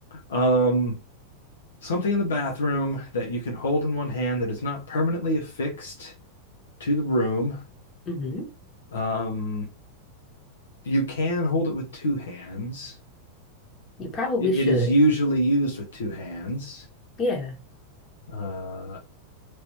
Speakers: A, on the left (about 65°); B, on the left (about 30°).
A: Um, something in the bathroom that you can hold in one hand that is not permanently affixed to the room.
B: hmm
A: Um, you can hold it with two hands.
B: You probably
A: it
B: should.
A: is usually used with two hands
B: Yeah,
A: uh,